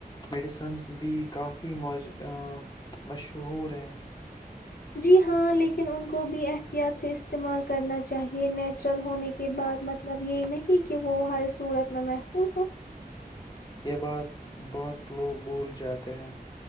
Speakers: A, on the left; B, on the left.
A: میڈیسنز بھی کافی موج مشہور ہیں
B: جی ہاں لیکن ان کو بھی احتیاط سے استعمال کرنا چاہیئے نیچرل ہونے کے بعد مطلب یہ نہیں کہ وہ ہر صورت میں محفوظ ہوں
A: یہ بات بہت لوگ بھول جاتے ہیں